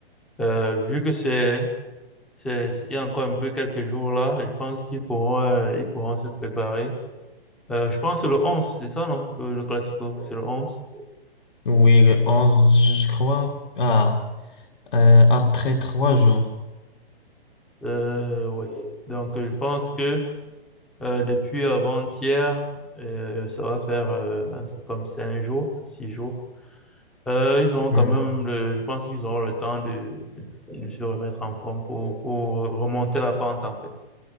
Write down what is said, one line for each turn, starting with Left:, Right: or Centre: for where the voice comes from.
Centre: euh, vu que c'est C'est- il y a encore un peu quelques jours là, et je pense qu'ils pourront, euh, ils pourront se préparer. Euh, je pense que le onze c'est ça, non? Le, le Classico, c'est le onze
Left: Oui, le 11, je crois. Ah, euh, après trois jours.
Centre: Euh, oui. Donc, euh, je pense que euh, depuis avant-hier, euh, ça va faire euh, un truc comme 5 jours, 6 jours. Euh, ils auront
Left: Hum.
Centre: quand même, le, je pense qu'ils auront le temps de, de se remettre en forme pour, pour remonter la pente, en fait.